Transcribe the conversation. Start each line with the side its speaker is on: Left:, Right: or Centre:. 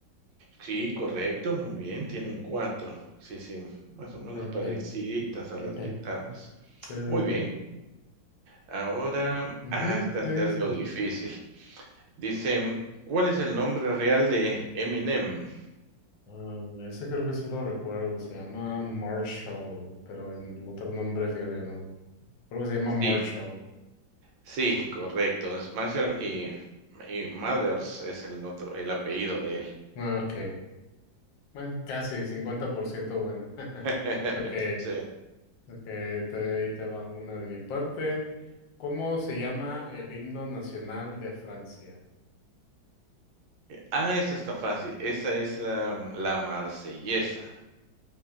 Right: Sí, correcto, muy bien, tienen 4. Sí, sí, más o menos
Left: Ok,
Right: pareciditas a
Left: ok.
Right: las guitarras.
Left: Sí, sí,
Right: Muy bien,
Left: sí.
Right: ahora,
Left: Ujú,
Right: ah, esta está
Left: sí,
Right: algo
Left: sí,
Right: difícil.
Left: sí.
Right: Dice, ¿cuál es el nombre real de Eminem?
Left: Ah, ese creo que sí lo recuerdo, se llama Marshall, pero el otro nombre, fíjate que no, creo que se llama Marshall.
Right: Sí, sí, correcto, Es Marshall y y Mathers es el otro el apellido de él.
Left: Ah, Ok, bueno, casi 50% buena. <laughs>
Right: <laughs>
Left: Ok,
Right: Sí.
Left: ok, te- ahí te va una de mi parte. ¿Cómo se llama el himno nacional de Francia?
Right: Ah, esa está fácil, esa es la la Marsellesa,